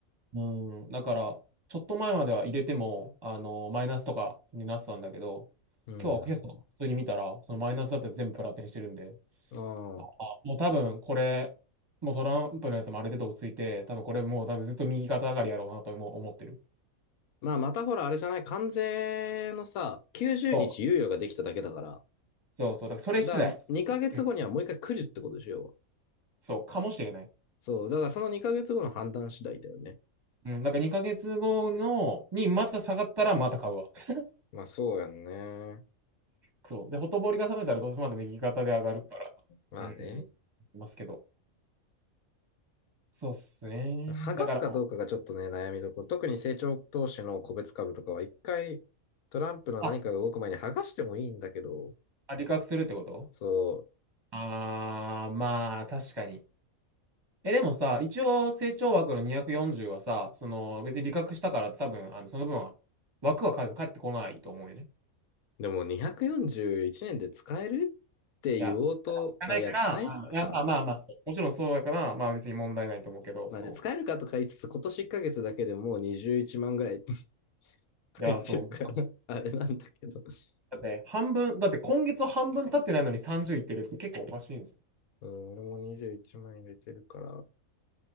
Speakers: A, on the right (about 25°); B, on the left (about 85°).
A: うん、だから、ちょっと前までは入れても、あの、マイナスとかになってたんだけど、
B: うん。
A: 今日は今朝普通に見たら、そのマイナスだって全部プラテンしてるんで、
B: ああ。
A: あ、もう多分これ、もうトランプのやつもある程度落ち着いて、多分これもう多分ずっと右肩上がりやろうなとも思ってる。
B: まあ、またほら、あれじゃない、関税のさ、90日猶予ができただけだから、
A: そうそうそう、だからそれ次第です。
B: だから2ヶ月後にはもう一回来るってことでしょ、
A: うん
B: 要は。
A: そう、かもしれない。
B: そう、だからその2ヶ月後の判断次第だよね。
A: うん、だから2ヶ月後の、にまた下がったらまた買うわ。<laughs>
B: まあ、そうやんね。
A: そう。で、ほとぼりが冷めたらどうせまた右肩で上がるから。
B: まあね。
A: うん。いますけど。そうっすね。
B: 剥がすかどうかがちょっとね、
A: だから、
B: 悩みどころ。特に成長投資の個別株とかは一回、トランプの何かが動く前に剥がしてもいいんだけど、
A: あ、あ利確するってこと
B: そ
A: あー、まあ、確かに。え、でもさ、一応成長枠の240はさ、その、別に利確したから多分、あの、その分は、枠は返返ってこないと思うよね。
B: う、でも241年で使えるって言おうと、
A: いや、つかないから、
B: あ、いや、使えるか
A: あいやまあまあまあ、そうもちろんそうだから、まあ別に問題ないと思うけど、
B: まあね、
A: そう。
B: 使えるかとか言いつつ、今年1ヶ月だけでもう21万ぐらい <laughs>
A: いや、
B: 入ってるから、
A: そう。
B: <laughs> あれなんだけど。<laughs>
A: だってね半分、だって今月半分経ってないのに30いってるって結構おかしいんですよ。
B: うん、俺も21万入れてるから。